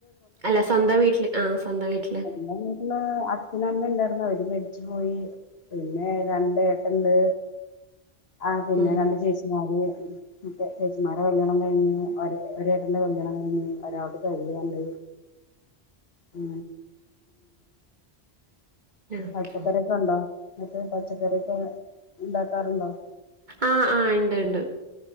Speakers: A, on the right; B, on the left.
A: അല്ല സ്വന്തം വീട്ടില് ആ സ്വന്തം വീട്ടില്
B: എന്റെ വീട്ടില് അച്ഛനും അമ്മ ഉണ്ടായിരുന്നു അവര് മേട പോയി പിന്നെ രണ്ട ഏട്ടണ്ട് ആഹ പിന്നെ
A: ഉം
B: രണ്ട് ചേച്ചമാര്
A: <inaudible>
B: ചേച്ചിമാരുടെ കല്യാണം കഴിഞ്ഞഞ് ഒ ഒേട്ടന്റെ കല്യാണം കഴിഞ്ഞ് ഒരാൾക്ക് കഴിയാണ്ട്
A: <inaudible>
B: ഉ
A: ആ ഓക്കെ
B: പച്ചക്കറൊക്കെ ഉണ്ടോ മറ്റേ പച്ചക്കറൊക്കെ ഉണ്ടാക്കാറുണ്ടോ
A: ആഹ ആഹ ഉണ്ട് ഉണ്ട്